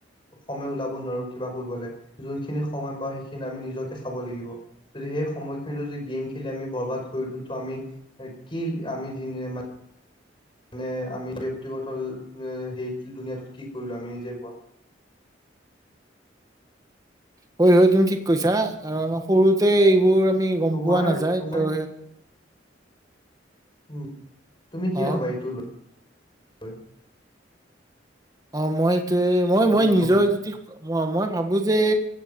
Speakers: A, on the left; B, on the right.
A: সময় ওলাব নোৱাৰোঁ কিবা কৰিবলে যোনখিনি সময় পাওঁ সেইখিনি আমি নিজকে চাব লাগিব। যদি সেই সময়খিনিত যদি গেম খেলি আমি বৰবাদ কৰি দিওঁ তো আমি- কি আমি <unintelligible> মানে আমি ব্যক্তিগত, হেই দুুনীয়াটোত কি কৰিলোঁ আমি নিজে কোৱা।
B: হয় হয় তুমি ঠিক কৈছা, আৰু আমাৰ সৰু তে এইবোৰ আমি গম
A: তোমাৰ
B: পোৱা নাযায়
A: তোমাৰ
B: তো
A: উম্‌- তুমি কি
B: অ
A: ভাবা এইটো লৈ? হয়।
B: অ', মই এইটোয়ে, মই
A: যোনটো
B: মই নিজৰ
A: কলো
B: যদি অ', মই ভাবোঁ যে